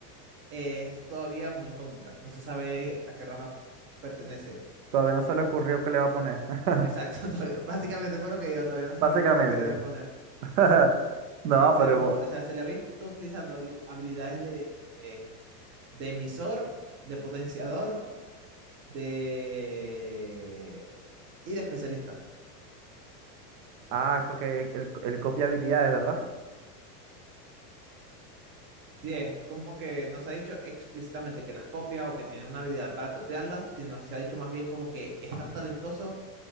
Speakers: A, on the right (about 25°); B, on the right (about 65°).
A: es todavía una incógnita, no se sabe a qué rama pertenece.
B: Todavía no se le ocurrió qué le va a poner. <laughs>
A: Exacto, <laughs> todavía- básicamente fue lo que yo, todavía no se
B: Básicamente.
A: me ocurrió que le iba a poner.
B: <laughs> No,
A: Se
B: pero.
A: rumor,
B: igual-
A: o sea, se le ha visto utilizando habili- habilidades de, eh, de emisor, de potenciador, de... y de especialista.
B: Ah, porque él, él él copia habilidades, ¿verdad?
A: Sí, es como que no se ha dicho explícitamente que las copia o que tiene una habilidad para copiarlas, sino se ha dicho más bien como que es tan talentoso